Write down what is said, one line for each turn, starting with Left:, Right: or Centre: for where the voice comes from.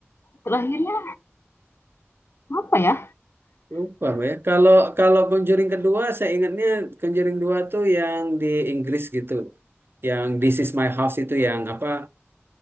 Left: terakhirnya apa ya?
Right: Lupa, Mbak ya. Kalau kalau Conjuring kedua, saya ingatnya Conjuring dua tuh yang di Inggris gitu. Yang This Is My House itu yang apa?